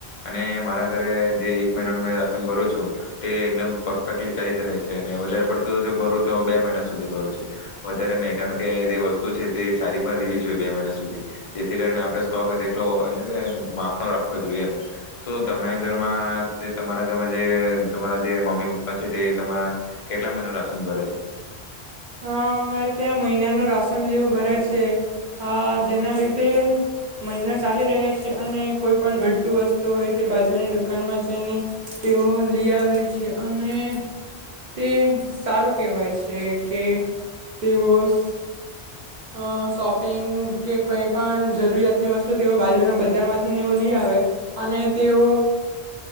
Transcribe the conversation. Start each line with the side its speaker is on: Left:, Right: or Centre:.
Left: અને મારા ઘરે જે એક મહિનાનું મેં રાશન ભરું છું તે એકદમ પરફેક્ટલી ચાલી જ રહે છે, અને વધારે પડતું જો ભર તો બે મહિના સુધી ભરું છું વધારે નહીં કારણ કે જે વસ્તુ છે, તે સારી પણ રહેવી જોઈએ બે મહિના સુધી જેથી કરીને આપણે સ્ટોક તેટલો એટલે કે માપનો રાખવો જોઈએ એમ શું તમે ઘરમાં તમારા ઘરમાં જે તમારા જે મમ્મી પપ્પા છે, તે તમારા કેટલા મહિનો રાશન ભરે છે.
Right: અ અમારે ત્યાં મહિનાનું રાશન જેવું ભરાય છે, જેના લીધે મહિના ચાલી રહે છે, અને કોઈ પણ ઘટું વસ્તુ હોય તે બાજુની દુકાનમાં જઈને તેઓ લઈ આવે છે, અને તે સારું કહેવાય છે. એ તેઓસ અ શોપિંગ કે કઈ પણ જરૂરિયાતની વસ્તુ તેઓ બાજુના બજાર માંથી લઈ આવે અને તેઓ